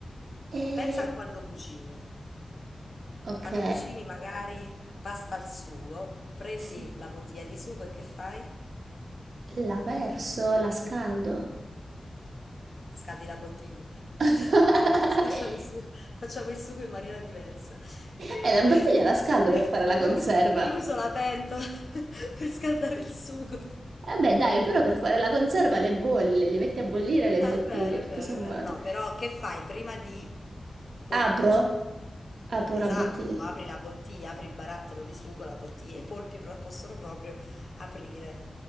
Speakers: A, on the right; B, on the left.
A: è...
B: Pensa a quando cucini.
A: Ok,
B: Quando cucini magari pasta al sugo, prendi
A: sì,
B: la bottiglia di sugo e che fai?
A: la verso, la scaldo.
B: Scaldi la bottiglia. <laughs>
A: <laughs>
B: Facciamo il su- facciamo il sugo, in maniera diversa. E-
A: E la bottiglia la scaldo
B: <laughs>
A: per fare la
B: Io
A: conserva.
B: uso, io uso la pentola <laughs> per scaldare il sugo.
A: Eh beh, dai, però per fare la conserva le bolli, le, le metti a bollire le
B: Ah,
A: bottiglie,
B: è vero,
A: tutto
B: è vero,
A: sommato.
B: è vero. No, però che fai prima di cu-
A: Apro?
B: cuci-
A: Apro
B: Esatto,
A: la bottiglia.
B: apri la bottiglia, apri il barattolo di sugo, la bottiglia. I polpi pro- possono proprio aprire